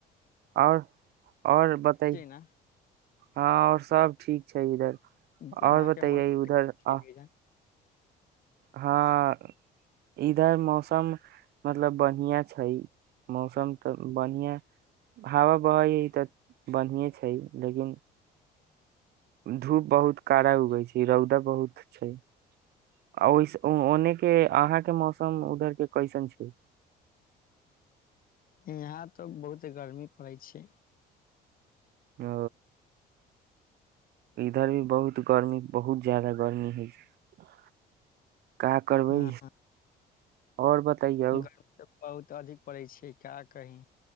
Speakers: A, on the right; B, on the left.
A: आओर आओर बतै
B: ने
A: हँ आओर सभ ठीक छै इधर
B: वहाँ
A: आओर
B: के
A: बतैयै
B: मौसम
A: उधर
B: के भैया।
A: आ हँ इधर मौसम मतलब बढ़आ छै मौसम तऽ बढ़िआँ हवा बह हइ तऽ बढ़िएँ छै लेकिन धूप बहुत कड़ा उगै छै रौदा बहुत छै आ ओहि ओनेके अहाँके मौसम उधर के कैसन छै
B: यहाँ तऽ बहुत गर्मी पड़ै छै
A: ह इधर भी बहुत गर्मी बहुत जाादा गर्मी होइ छै का करबै
B: हँ
A: आओर बताइयौ
B: गर्मी तऽ बहुत अधिक पड़ै छै का कही